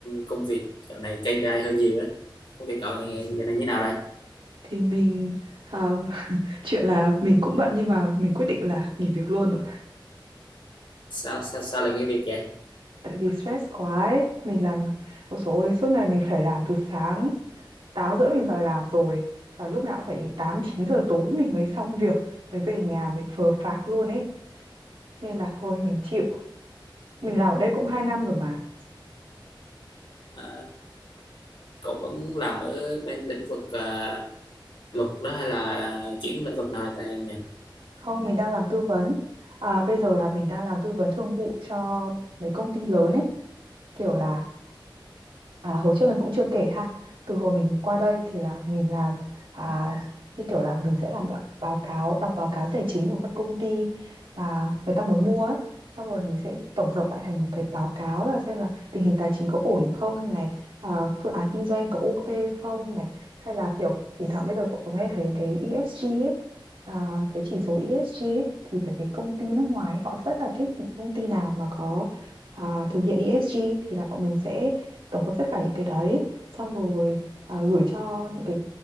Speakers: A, on the left; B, on the right.
A: công việc dạo này KPI hơi nhiều đấy. Công việc cậu này dạo này như nào rồi?
B: Thì mình à, <laughs> chuyện là mình cũng bận nhưng mà mình quyết định là nghỉ việc luôn rồi.
A: Sao sao sao lại nghỉ việc vậy?
B: Tại vì stress quá ấy, mình làm một số ôi, dồi ôi, suốt ngày mình phải làm từ sáng 8 rưỡi mình vào làm rồi và lúc nào cũng phải đến 8 9 giờ tối mình mới xong việc, mới về nhà mệt phờ phạc luôn ấy. Nên là thôi mình chịu. Mình làm ở đây cũng 2 năm rồi mà.
A: Ờ, cậu vẫn làm ở bên lĩnh vực ờ, luật đó hay là chuyển lĩnh vực nào tại nhỉ?
B: Không, mình đang làm tư vấn. À, bây giờ là mình đang làm tư vấn thương vụ cho mấy công ty lớn ấy, kiểu là À, hồi trước mình cũng chưa kể ha. Từ hồi mình qua đây thì là mình làm à, như kiểu là mình sẽ làm bạ- báo cáo, đọc báo cáo tài chính của các công ty mà người ta muốn mua ấy. Xong rồi mình sẽ tổng hợp lại thành một cái báo cáo là xem là tình hình tài chính có ổn không này, à, phương án kinh doanh có ok không này, hay là kiểu thỉnh thoảng bây giờ cậu có nghe thấy cái ESG ấy, à, cái chỉ số ESG ấy, thì phải cái công ty nước ngoài ấy, họ rất là thích những công ty nào mà có à, thực hiện ESG thì là bọn mình sẽ tổng hợp tất cả những cái đấy xong rồi à, gửi cho những cái